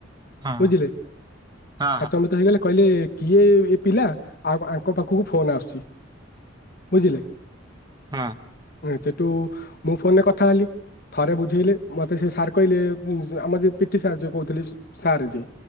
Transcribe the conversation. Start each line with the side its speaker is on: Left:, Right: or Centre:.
Right: ହଁ
Left: ବୁଝିଲେ,
Right: ହଁ ହଁ
Left: ଆଚବିତ ହେଇଗଲେ କହିଲେ କିଏ, ଏ ପିଲା, ଆଉ ଆଙ୍କ ପାଖକୁ ଫୋନ ଆସୁଛି, ବୁଝିଲେ
Right: ହଁ
Left: ସେଠୁ, ମୁଁ ଫୋନରେ କଥା ହେଲି। ଥରେ ବୁଝେଇଲେ, ମତେ ସେ ସାର୍ କହିଲେ, ଆମର ଯ ପିଟି ସାର୍ ଯୋଉ କହୁଥିଲେ ସାର୍ ଯେ